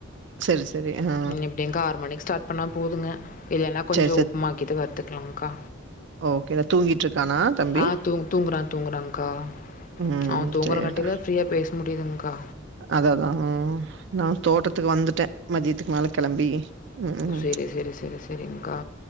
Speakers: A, on the right; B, on the left.
A: சரி சரி ஆ
B: ம் இப்டிங்கா ஆறு மணிக்கு ஸ்டார்ட் பண்ணா போதுங்க இல்லன்னா கொஞ்ச
A: சரி சரி
B: உப்புமாக்கிது வறுத்துக்கலங்க்கா
A: ஓகேடா தூங்கிட்ருக்கானா தம்பி
B: ஆ தூங் தூங்குறா தூங்குறான்கா
A: ம்
B: அவன் தூங்குறங்கட்டி
A: சரிடா
B: தான் ஃப்ரீயா பேச முடியுதுங்கா
A: அதா அதா ம் நான் தோட்டத்துக்கு வந்துட்ட மதியத்துக்கு மேல கிளம்பி ம் ம்
B: செரி செரி செரி செரிங்க்கா